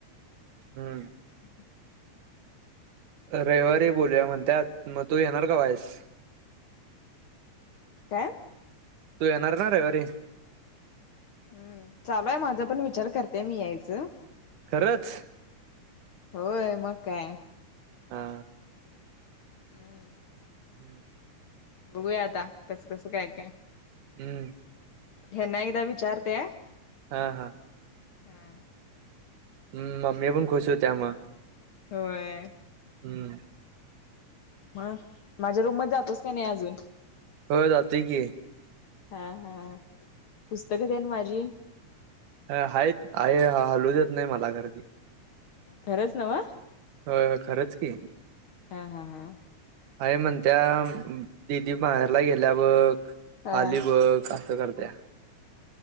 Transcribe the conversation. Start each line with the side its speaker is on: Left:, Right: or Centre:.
Right: हम्म
Left: ह
Right: रविवारी बोलूया म्हणत्यात मग तू येणार कवा यस
Left: काय?
Right: तू येणार ना रविवारी?
Left: हम्म चालूय माझा पण विचार करतेय मी यायचं.
Right: खरंच?
Left: होय मग काय.
Right: हा
Left: हम्म
Right: हम्म
Left: बघूया आता कसं कसं काय काय
Right: हम्म
Left: हेना एकदा विचारते?
Right: हा हा
Left: हा
Right: हम्म मम्मी पण खुश होती मग
Left: होय
Right: हम्म
Left: मग माझ्या रूम मध्ये जातोस का नाही अजून?
Right: होय जातोय कि
Left: हा हा पुस्तकं तेन माझी?
Right: आहेत आई हालवू देत नाही मला खरं
Left: खरंच नव्ह?
Right: होय हो खरंच की.
Left: हा हा हा
Right: आई म्हणत्या दिदी माहेरला गेल्या वर
Left: हा
Right: आली बघ असं करते करत्या